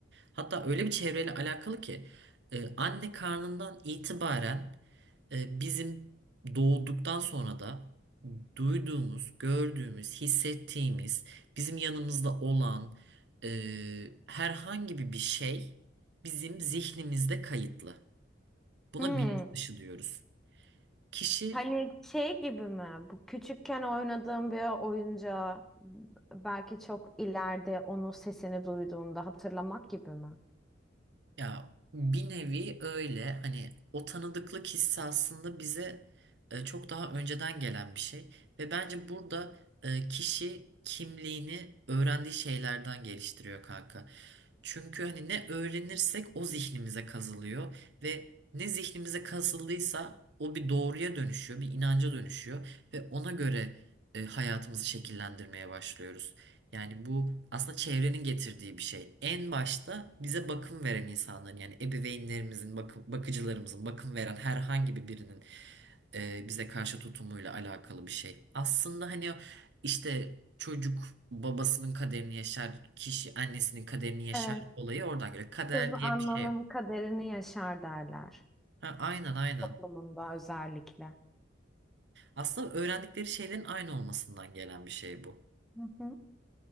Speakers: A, on the right; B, in the centre.
A: Hatta öyle bir çevreyle alakalı ki e, anne karnından itibaren e, bizim doğduktan sonra da duyduğumuz, gördüğümüz, hissettiğimiz, bizim yanımızda olan e, herhangi bir bir şey bizim zihnimizde kayıtlı. Buna
B: Hmm.
A: bilinç dışı diyoruz. Kişi
B: Hani şey gibi mi? Bu küçükken oynadığım bir oyuncağı belki çok ileride onun sesini duyduğunda hatırlamak gibi mi?
A: Ya bir nevi öyle hani o tanıdıklık hissi aslında bize e, çok daha önceden gelen bir şey ve bence burada e, kişi kimliğini öğrendiği şeylerden geliştiriyor kanka. Çünkü hani ne öğrenirsek o zihnimize kazılıyor ve ne zihnimize kazıldıysa o bir doğruya dönüşüyor, bir inanca dönüşüyor ve ona göre e, hayatımızı şekillendirmeye başlıyoruz. Yani bu aslında çevrenin getirdiği bir şey. En başta bize bakım veren insanların yani ebeveynlerimizin, bakı- bakıcılarımızın, bakım veren herhangi bir birinin e, bize karşı tutumuyla alakalı bir şey. Aslında hani o işte çocuk babasının kaderini yaşar, kişi annesinin kaderini yaşar
B: Evet.
A: olayı oradan geliyor. Kader
B: Kız anlanın
A: diye bir şey yok.
B: kaderini yaşar derler
A: Ha, aynen aynen.
B: toplumunda özellikle.
A: Aslında öğrendikleri şeylerin aynı olmasından gelen bir şey bu.
B: Hı hı.